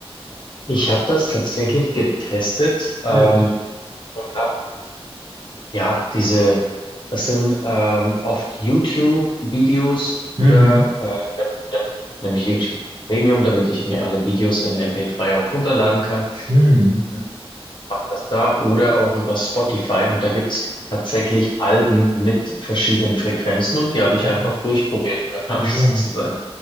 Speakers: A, on the left; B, on the right.
A: Ich habe das tatsächlich getestet ähm,
B: Ja.
A: und habe Ja, diese, das sind ähm, oft YouTube-Videos
B: Mhm.
A: oder äh, ich habe hab ich hab nämlich YouTube Premium, damit ich mir alle Videos in MP3 auch runterladen kann.
B: Mhm.
A: Mach das da oder auch über Spotify und da gibt's tatsächlich Alben mit verschiedenen Frequenzen und die
B: Okay.
A: habe ich einfach durchprobiert und dann <laughs> habe
B: Ja.
A: ich sozusagen